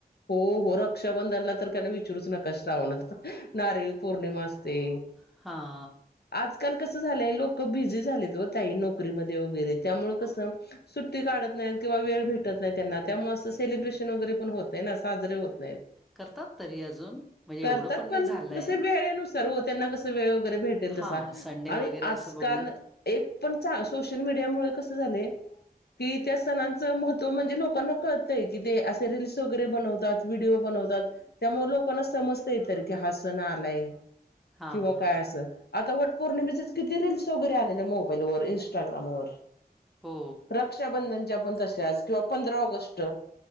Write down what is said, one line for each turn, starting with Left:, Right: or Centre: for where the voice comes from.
Left: हो, हो रक्षाबंधनला तर का नाही विचरूच नका श्रावणात नारळी पौर्णिमा असते
Centre: हा
Left: आजकाल कसं झालंय लोक बिझी झालेत हो तई नोकरीमध्ये वगैरे त्यामुळ कसं
Centre: अ,
Left: सुट्टी काढत नाहीत किंवा वेळ भेटत नाही त्यां त्यामुळे असं सेलिब्रेशन वगैरे पण होत ना साजरे होत नाहीत
Centre: करतात तरी अजून. म्हणजे
Left: करतात
Centre: एवढं नाही
Left: पण
Centre: झालंय.
Left: जस वेळेनुसार हो त्यांना कस वेळ वगैरे भेट ते
Centre: हां,
Left: तसा
Centre: संडे
Left: आणि
Centre: वगैरे
Left: आजकाल
Centre: असं बघून
Left: एक पण चां सोशल मीडिया मूळ कस झालय कि त्या सणांचं महत्व म्हणजे लोकांना कळतंय की ते असे रील्स वगैरे बनवतात व्हिडिओ बनवतात त्यामुळे लोकांना समजता येत की हा सण आलाय
Centre: हां,
Left: किंवा
Centre: हां.
Left: काय असं आता वट पौर्णिमेचेच किती रील्स वगैरे आले मोबाईलवर इंस्टाग्रामवर
Centre: हो.
Left: रक्षाबंधनच्या पण तश्याच किंवा पंधरा ऑगस्ट